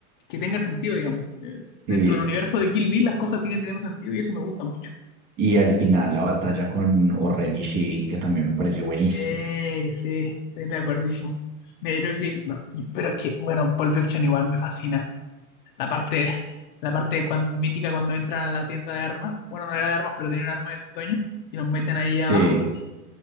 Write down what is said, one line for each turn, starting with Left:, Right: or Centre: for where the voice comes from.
Left: que tenga sentido, digamos. Eh, dentro
Right: Sí.
Left: del universo de Kill Bill las cosas siguen teniendo sentido y eso me gusta mucho.
Right: Y al final la batalla con Oren Ishii, que también me pareció buenísima.
Left: Eh, sí, estoy de acuerdísimo. Mira, yo creo que, no, pero es que, bueno, Pulp Fiction igual me fascina. La parte, la parte cuan- mítica cuando entran a la tienda de armas, bueno, no era de armas, pero tenía un arma del dueño, y los meten ahí abajo
Right: Sí.
Left: y,